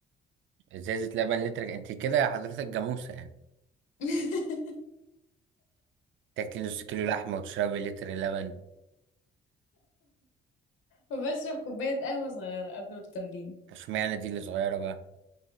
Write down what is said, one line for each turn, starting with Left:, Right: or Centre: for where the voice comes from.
Right: إزازة لبن لتر أنت كده يا حضرتك جاموسة يعني
Left: <laughs>
Right: تاكلي نص كيلو لحمة وتشربي لتر لبن
Left: وبشرب كوبايه قهوه صغيره قبل التمرين
Right: اشمعنى دي اللي صغيرة بقى